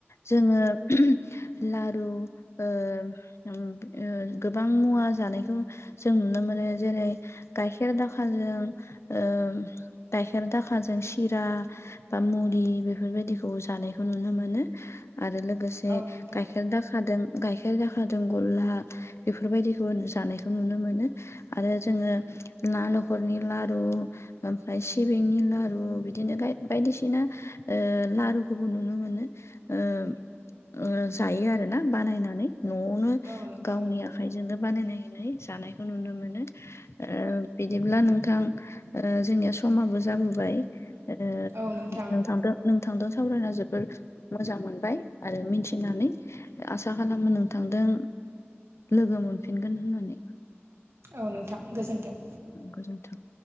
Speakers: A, on the left; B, on the right.
A: जोंङो लारु ओ ओम ओ गोबां मुवा जानायखौ जों नुनो मोनो जेरै- गाइखेर गाइखेर दाखाजों ओ गाइखेर दाखाजों सिरा बा मुरि बेफोरबायदिखौ जानायखौ नुनो मोनो आरो लोगोसे
B: औ नोंथां
A: गाइखेर दाखादों गाइखेर दाखाजों गला बेफोरबायदिखौ जानायखौ नुनो मोनो आरो जोंङो नालखरनि लारु ओमफ्राय सिबिंनि लारु बिदिनो बायदिसिना ओ लारुखौबो नुनो मोनो ओ ओ जायो आरो ना बानायनानै न'आवनो
B: औ नोंथां
A: गावनि
B: नंगौ
A: आखाइजोंनो बानायनाय। नै जानायखौ नुनो मोनो ओ बिदिब्ला नोंथां ओ जोंनिआ समबो जाबोबा ओ
B: औ नोंथां
A: नोंथांदो थांदों सावरायना जोबोर मोजां मोनबाय आरो मिथिनानै आसा खालामो नोंथांदों लोगो मोनफिनगोन होननानै।
B: औ नोंथां गोजोन्थों
A: गोजोन्थों